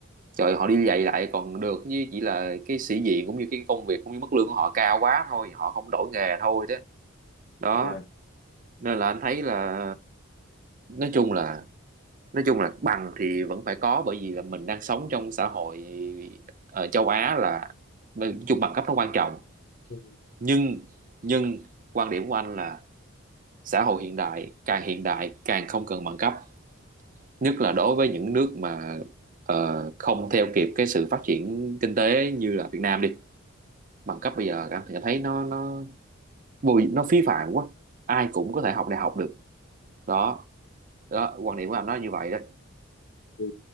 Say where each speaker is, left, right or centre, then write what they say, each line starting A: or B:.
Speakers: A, on the right; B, on the left.
A: trời họ đi dạy lại còn được chứ chỉ là cái sĩ diện cũng như cái công việc cũng như mức lương của họ cao quá thôi họ không đổi nghề thôi đó đó
B: dạ
A: nên là anh thấy là nói chung là nói chung là bằng thì vẫn phải có bởi vì là mình đang sống trong xã hội ở châu Á là nói chung bằng cấp nó quan trọng
B: Ừ.
A: nhưng nhưng quan điểm của anh là xã hội hiện đại càng hiện đại càng không cần bằng cấp nhất là đối với những nước mà ờ, không theo kịp cái sự phát triển kinh tế như là Việt Nam đi bằng cấp bây giờ anh thì thấy nó nó bùi nó phí phạm quá ai cũng có thể học đại học được đó đó quan điểm của anh nói như vậy đấy
B: Thì